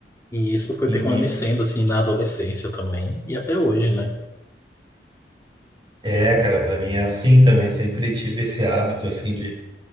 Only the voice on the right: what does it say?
Uhum.
É, cara, pra mim é assim também. Eu sempre tive esse hábito, assim, de